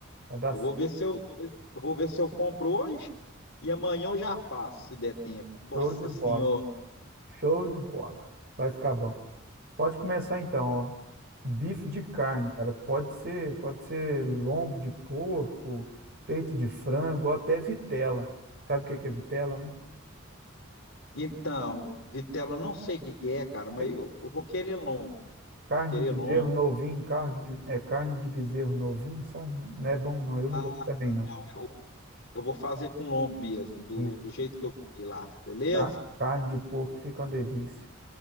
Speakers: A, on the right; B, on the left.
A: Vai dar
B: Eu
A: certo.
B: vou ver se eu, vou ver, eu vou ver se eu compro hoje e amanhã eu já faço, se der tempo. Nossa
A: Show de bola.
B: Senhora!
A: Show de bola. Vai ficar bom. Pode começar então, ó. Bife de carne, cara. Pode ser, pode ser lombo de porco, peito de frango, ou até vitela. Sabe o que que é vitela, né?
B: Então, vitela, eu não sei o que que é, cara, mas
A: É
B: eu, eu vou querer lombo.
A: carne
B: Vou querer
A: de bezerro
B: lombo.
A: novinho, carne de, be- é carne de bezerro novinho, sabe? Não é bom não, eu
B: Ah,
A: não gosto também não.
B: não, eu, eu vou fazer com lombo mesmo, do,
A: Isso.
B: do jeito que eu comi lá, beleza?
A: Ca- Carne de porco fica uma delícia,